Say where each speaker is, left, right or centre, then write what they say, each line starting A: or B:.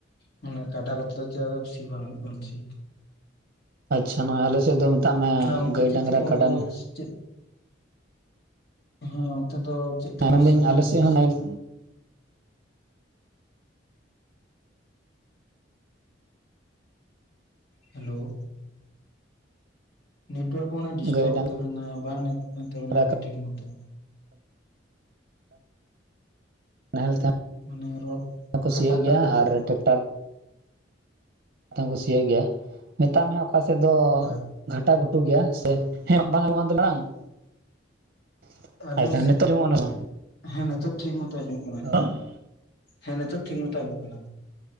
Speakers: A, on the left (about 60°); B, on the right (about 55°).
A: ᱢᱟᱱᱮ ᱠᱟᱰᱟ ᱠᱚᱛᱮ ᱪᱟᱨᱚ ᱥᱤ ᱵᱟᱝ ᱦᱩᱭᱩᱜ ᱠᱟᱱᱟ ᱴᱷᱤᱠ।
B: ᱟᱪᱪᱷᱟ ᱱᱚᱭ ᱟᱞᱮ ᱥᱮᱫ ᱫᱚ ᱢᱮᱛᱟᱜ ᱢᱮ
A: ᱦᱮᱸ ᱚᱱᱛᱮ
B: ᱜᱟᱹᱭ,
A: ᱪᱮᱫ
B: ᱰᱟᱝᱨᱟ,
A: ᱛᱮᱠᱚ
B: ᱠᱟᱰᱟ ᱱᱟᱦ
A: ᱪᱮᱫ, ᱦᱮᱸ ᱚᱱᱛᱮ ᱫᱚ ᱪᱮᱜ ᱛᱮᱠᱚ
B: ᱢᱮᱱᱫᱟᱹᱧ
A: ᱥᱤ ᱤᱫᱤᱭᱟ
B: ᱟᱞᱮ ᱥᱮᱫ
A: ᱵᱮᱥᱤ?
B: ᱦᱚᱸ ᱱᱚᱜᱼᱚᱭ
A: ᱦᱮᱞᱳ, ᱱᱮᱴᱳᱣᱟᱨᱠ ᱢᱟᱱᱮ
B: ᱜᱟᱹᱭ
A: ᱰᱤᱥᱴᱟᱵ ᱮᱫ ᱛᱟᱵᱮᱱᱟ ᱵᱟᱝ ᱟᱸᱧᱡᱚᱢᱚᱜ ᱠᱟᱱ ᱛᱟᱵᱮᱱᱟ
B: ᱰᱟᱝᱨᱟ
A: ᱨᱚᱲ ᱴᱷᱤᱠ ᱢᱚᱛᱚ।
B: ᱱᱟᱦᱮᱞ ᱛᱮ
A: ᱢᱟᱱᱮ ᱨᱚᱲ
B: ᱦᱚᱸ ᱠᱚ
A: ᱠᱟᱴᱟᱜ
B: ᱥᱤᱭᱚᱜ
A: ᱠᱟᱱ
B: ᱜᱮᱭᱟ
A: ᱛᱟᱵᱤᱱᱟ
B: ᱟᱨ ᱴᱮᱠᱴᱟᱨ ᱛᱮ ᱠᱚ ᱥᱤᱭᱚᱜ ᱜᱮᱭᱟ ᱢᱮᱛᱟᱜ ᱢᱮ ᱚᱠᱟ ᱥᱮᱫ ᱫᱚ
A: ᱚ
B: ᱜᱷᱟᱴᱟ ᱜᱷᱩᱴᱩ ᱜᱮᱭᱟ ᱥᱮ ᱦᱮᱸ <unintelligible> ᱵᱟᱝ
A: ᱟᱞᱮ
B: ᱟᱪᱪᱷᱟ
A: ᱥᱮᱜ
B: ᱱᱤᱛᱚᱜ ᱟᱸᱡᱚᱢᱚᱜ ᱠᱟᱱᱟ ᱥᱮ
A: ᱦᱮᱸ ᱱᱤᱛᱚᱜ ᱴᱷᱤᱠ ᱢᱚᱛᱚ ᱟᱸᱡᱚᱢᱚᱜ ᱠᱟᱱᱟ।
B: ᱵᱟᱝ ᱚ
A: ᱦᱮᱸ ᱱᱤᱛᱚᱜ ᱴᱷᱤᱠ ᱢᱚᱛᱚ ᱟᱸᱡᱚᱢᱚᱜ ᱠᱟᱱᱟ।